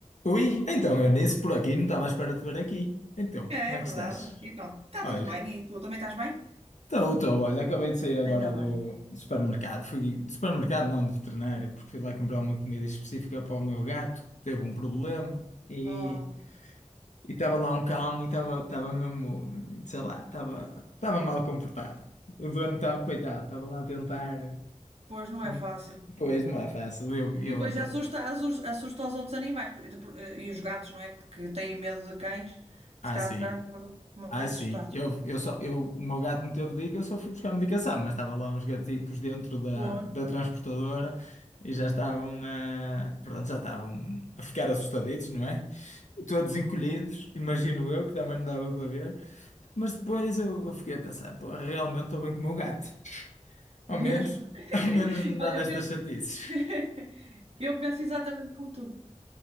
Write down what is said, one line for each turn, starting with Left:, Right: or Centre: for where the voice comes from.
Left: Ui, então eu nisso por aqui não estava à espera de ver aqui. Então,
Right: É,
Left: como
Right: é
Left: é
Right: verdade.
Left: que estás?
Right: Então, está
Left: Olha,
Right: tudo bem e tu também estás bem?
Left: estou, estou, olha, acabei de sair agora
Right: Ainda
Left: do,
Right: bem.
Left: do supermercado. Fui do supermercado, não, do veterinário, porque fui lá comprar uma comida específica para o meu gato que teve um problema e
Right: Oh,
Left: e estava lá um cão e estava estava mesmo, sei lá, estava estava mal comportado. O dono estava, coitado, estava lá a tentar.
Right: pois não
Left: com-
Right: é fácil.
Left: Pois, não é fácil, eu, eu
Right: E depois
Left: apenas.
Right: assusta, assus- assusta, os outros animais por- de- por- e os gatos, não é? Que têm medo de cães,
Left: Ah,
Right: se calhar
Left: sim.
Right: ficaram um bocado mais
Left: Ah, sim.
Right: assustados.
Left: Eu, eu só, eu, o meu gato não teve dica, eu só fui buscar a medicação, mas estava lá uns gaticos dentro da,
Right: Pô,
Left: da transportadora e já estavam a, pronto, já estavam a ficar assustaditos, não é? E Todos encolhidos, imagino eu, que também não dava para ver. Mas depois eu, eu fiquei a pensar, pô, realmente estou bem com o meu gato. Ao
Right: mesmo.
Left: menos, <laughs> ao
Right: <laughs>
Left: menos não dá
Right: Olha,
Left: destas
Right: eu penso,
Left: chatices.
Right: <laughs> eu penso exatamente como tu.